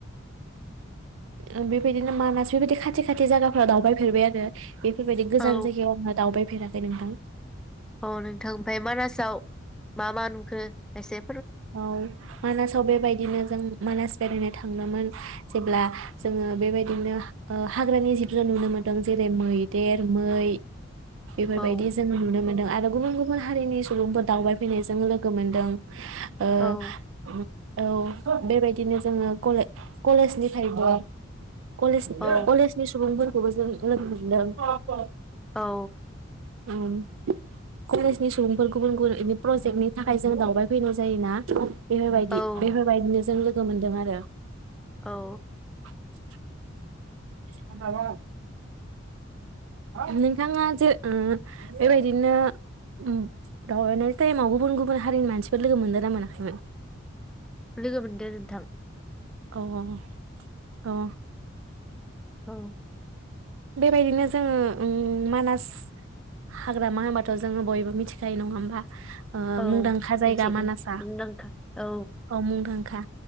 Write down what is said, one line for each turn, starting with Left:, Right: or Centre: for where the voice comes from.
Right: ओ बेबायदिनो मानास बेबायदि खाथि खाथि जायगाफोराव दावबायफेरबाय आरो बेफोरबायदि गोजान
Centre: औ
Right: जायगायाव आङो दावबाय फ फेराखै नोंथां।
Centre: अ नोंथां ओमफाय मानासाव मा मा नुखो? खायसे
Right: औ मानासाव बेबायद दिनो जों मानास बेरायनो थांनोमोन जेब्ला जोङो बेबायदिनो ओ हाग्रानि जिब जुन नुनो मोन्दों जेरै- मैदेर, मै। बेफोरबायदि
Centre: औ
Right: जों नुनो मोनदों। आरो गुबुन गुबुन हारिनि सुबुंफोर दावबायफैनायजों लोग ओ
Centre: औ
Right: उम औ बेबायदिनो जोङो कलेज कलेजनिफायबो कलेज नि
Centre: औ
Right: कलेजनि सुबुंफोर खौबो जों लोगो मोनदों।
Centre: औ
Right: औ कलेजनि सुबुंफोर गुबुन गुबुन बे प्रजेक्टनि थाखाय जों दावबाय फैनो ज जायोना? बेफोरबायदि
Centre: औ
Right: बेफोरबायदिनो जों लोग गो मोनदों आरो
Centre: औ
Right: <inaudible> हासा गामि अ नोंथाङा जे ओ बेबायदिनो उम दावबायनाय टाइमाव गुबुन गुबुन हारिनि मानसिफोर लोगो मोनदो ना मोनाखैमोन?
Centre: लोगो मोनदों नोंथां।
Right: अ अ अ अ
Centre: औ
Right: बेबायदिनो जोङो उम मानास हाग्रामा होनबाथ' जोङो बयबो मिथिखायो नङा होमबा? ओ
Centre: औ
Right: मुंदांखा जायगा
Centre: मिथिगौ
Right: मानासा
Centre: मुंदांखा औ
Right: औ मुंदांखा।